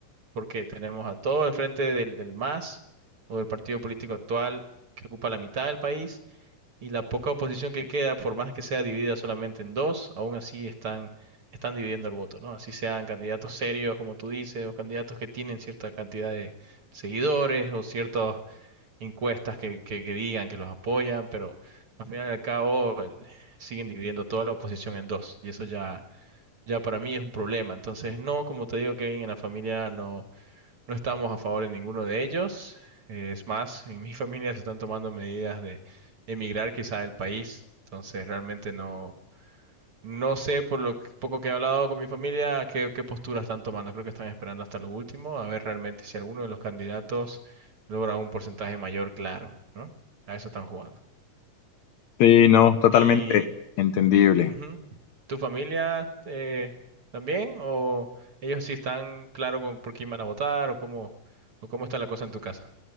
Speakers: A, on the right; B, on the left.
A: porque tenemos a todo el frente del, del MAS o del partido político actual que ocupa la mitad del país y la poca oposición que queda, por más que sea dividida solamente en dos, aún así están, están dividiendo el voto, ¿no? Así sean candidatos serios, como tú dices, o candidatos que tienen cierta cantidad de seguidores o ciertas encuestas que, que, que digan que los apoyan, pero al final y al cabo el- siguen dividiendo toda la oposición en dos y eso ya, ya para mí es un problema. Entonces, no, como te digo, Kevin, en la familia no. No estamos a favor de ninguno de ellos. Eh, es más, en mi <laughs> familia se están tomando medidas de emigrar quizá del país. Entonces, realmente no, no sé por lo que- poco que he hablado con mi familia qué, qué postura están tomando. Creo que están esperando hasta lo último a ver realmente si alguno de los candidatos logra un porcentaje mayor, claro, ¿no? A eso están jugando.
B: Sí, no, totalmente
A: ¿Y
B: entendible.
A: ujú, tu familia eh, también? ¿O ellos sí están claro con por quién van a votar o cómo, o cómo está la cosa en tu casa?